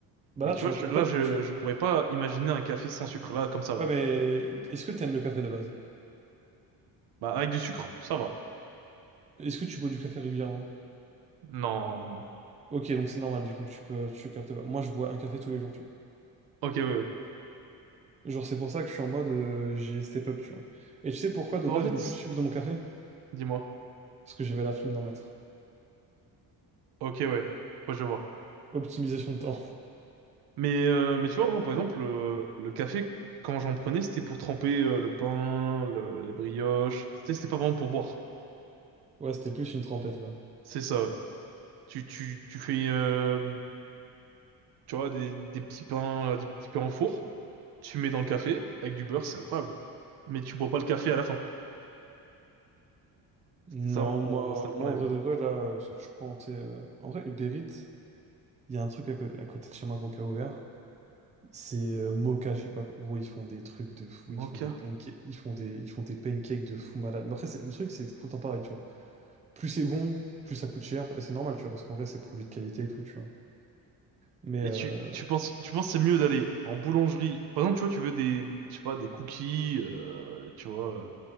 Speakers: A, on the right; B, on the right.
A: Bah
B: mais
A: là,
B: tu
A: tu
B: vois,
A: vois,
B: je- là,
A: en fait,
B: je,
A: tu...
B: je pourrais pas imaginer un café sans sucre, là, comme ça,
A: Ouais,
B: là.
A: mais est-ce que t'aimes le café de base?
B: Bah, avec du sucre, ça va.
A: Est-ce que tu bois du café régulièrement?
B: Non, non, non.
A: Ok, donc c'est normal du coup que tu peux, tu captes pas. Moi, je bois un café tous les jours, tu vois.
B: Ok, ouais, ouais.
A: Genre, c'est pour ça que je suis en mode euh, j'ai step up, tu vois. Et tu sais pourquoi de
B: En
A: base
B: fait,
A: je mets
B: c-
A: plus de sucre dans mon café?
B: dis-moi.
A: Parce que j'avais la flemme d'en mettre.
B: Ok, ouais. Ouais, je vois.
A: Optimisation de temps.
B: Mais, euh, mais tu vois, moi, par exemple, euh, le café, quand j'en prenais, c'était pour tremper euh, le pain, le, les brioches. C'était c'était pas vraiment pour boire.
A: <laughs> Ouais, c'était plus une trempette, quoi.
B: C'est ça, ouais. Tu, tu, tu fais, euh, tu vois, des, des petits pains, euh, des petits pains en four. Tu mets dans le café avec du beurre, c'est incroyable. Mais tu bois pas le café à la fin. C'était
A: Non,
B: ça, mon,
A: moi,
B: c'était le problème,
A: moi en vrai
B: quoi.
A: de vrai, là, euh, ce que je prends, tu sais, euh, en vrai, Uber Eats, il y a un truc à, co- à côté de chez moi, gros, qui a ouvert. C'est euh, Moka, je sais pas quoi. Gros, ils font des trucs de fou,
B: Mocha.
A: ils font des pancakes, ils font des, ils font des pancakes de fou malade. Mais après, c'est- le truc, c'est que c'est tout le temps pareil, tu vois. plus c'est bon, plus ça coûte cher. Et c'est normal, tu vois, parce qu'en vrai, c'est produit de qualité et tout, tu vois. Mais
B: Et
A: euh,
B: tu, tu penses, tu penses que c'est mieux d'aller en boulangerie. Par exemple, tu vois, tu veux des, je sais pas, des cookies, euh, tu vois. euh,